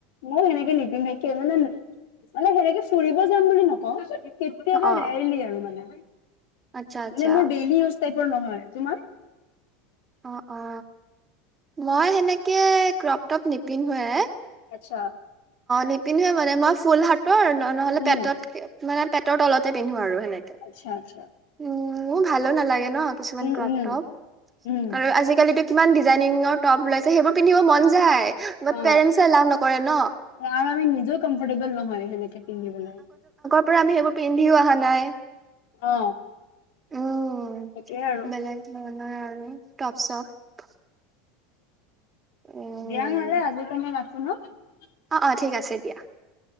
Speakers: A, on the left (about 70°); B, on the right (about 20°).
A: মইও সেনেকে নিপিন্ধো। মানে মানে সেনেকে ফুৰিব যাম বুলি নকওঁ কেতিয়াবা
B: অ
A: ৰেয়াৰলি আৰু মানে।
B: আচ্ছা আচ্ছা
A: নি মোৰ ডেইলী টাইপৰ নহয়, তোমাৰ?
B: অ, অ। মই সেনেকে ক্ৰপটপ নিপিন্ধো। হয় আই।
A: আচ্ছা
B: নিপিন্ধো এ মানে মই ফুল হাত ত ন নহলে
A: উম
B: পেটত থাকে মানে পেটত ৰ তলতে পিন্ধো আৰু। সেনেকে
A: আচ্ছা, আচ্ছা।
B: উম, মোৰ ভালো নালাগে। ন কিছুমান
A: উম
B: ক্ৰপ
A: উম
B: টপ।
A: উম
B: আৰু আজি কালি টো কিমান ডিজাইনিঙৰ টপ ওলাইছে, সেইবোৰ পিন্ধিব মন যায়। বাট
A: অ
B: পেৰেন্টছে এলাও নকৰে ন
A: আৰু আমি নিজেও কমফৰ্টেবল নহয় সেনেকে পিন্ধিবলে।
B: তাৰ পৰা আমি সেইবোৰ পিন্ধিও অহা নাই।
A: অ
B: উম
A: সেইটোয়ে আৰু
B: বেলেগ ধৰণৰ আৰু টপ চপ উম
A: দিয়া নহলে আজিলৈ মই ৰাখো শুন <unintelligible>
B: অ অ ঠিক আছে দিয়া